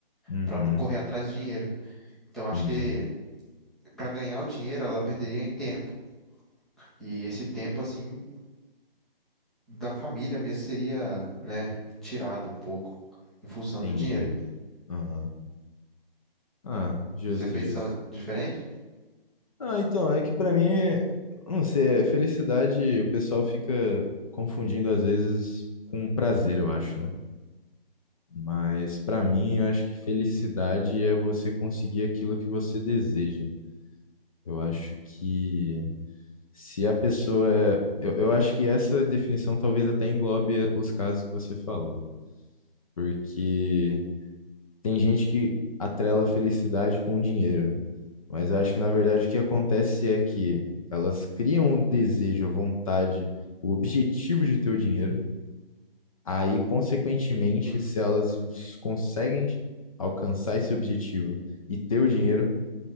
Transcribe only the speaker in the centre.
Para correr atrás do dinheiro. Então, acho
que para ganhar o dinheiro, ela perderia em tempo. E esse tempo, assim, da família mesmo seria, né, tirado um pouco em função
do dinheiro.
Você pensa
diferente?
Sim.
Sim,